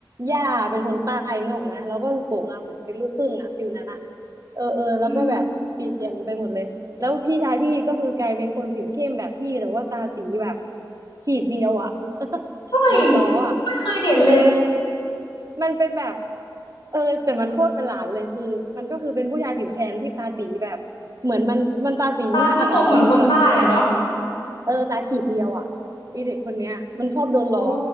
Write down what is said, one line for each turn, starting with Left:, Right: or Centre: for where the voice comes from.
Right: ย่าเป็นคนใต้นึกออกไหมแล้วก็กงอ่ะเหมือนเป็นลูกครึ่งอ่ะฟิลนั้นอ่ะ เออเออแล้วก็แบบเปลี่ยนไปหมดเลยแล้วพี่ชายพี่ก็คือกลายเป็นคนผิวเข้มแบบพี่แต่ว่าตาตีแบบ
Left: อืม
Right: ขีดเดียวอ่ะ
Left: เฮ้ย
Right: <laughs> โดนล้ออ่ะ
Left: ไม่เคยเห็นเลย
Right: เออเออมันเป็นแบบเออแต่มันโคตรประหลาดเลยคือมันก็คือเป็นผู้ชายผิวแทนที่ตาตีแบบเหมือนมันมันตาตีมากอ่ะน้องมิ้งแบบ
Left: ตาไม่คมเหมือนคนใต้อะเนาะ
Right: เออตาขีดเดียวอ่ะไอเด็กคนเนี้ยมันชอบโดนล้อ
Left: โอ้